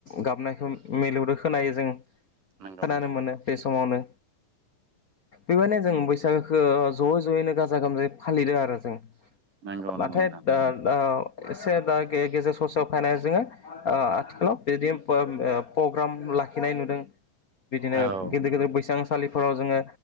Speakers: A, on the left (about 70°); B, on the right (about 75°).
A: गाब नायखौ मिलौदो खोनायो जों
B: नंगौ
A: खोनानो
B: नोंथां नंगौ
A: मोनो बे समावनो बेबायनो जों बैसागोखो ज'यै ज'यैनो गाजा गोमजायै फालिदों आरो। जोङो
B: नंगौ
A: नाथाय
B: नंगौ नोंथां
A: <unintelligible> एसे दा गे-गेजेर ससेयाव फायनाय जोङो ओ आथिखालाव बिदिम पोम ओ पग्राम लाखिनाय नुदों। बिदिनो
B: औ
A: गेदेर गेदेर बैसांसालिफोराव जोङो